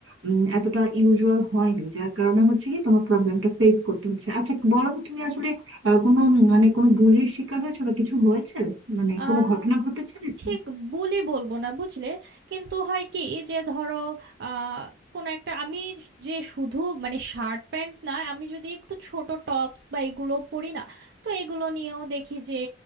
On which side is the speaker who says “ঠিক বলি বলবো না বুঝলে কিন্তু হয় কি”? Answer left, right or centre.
Right